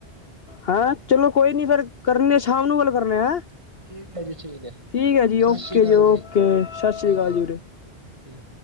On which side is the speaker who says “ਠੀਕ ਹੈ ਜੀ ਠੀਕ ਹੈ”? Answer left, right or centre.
Right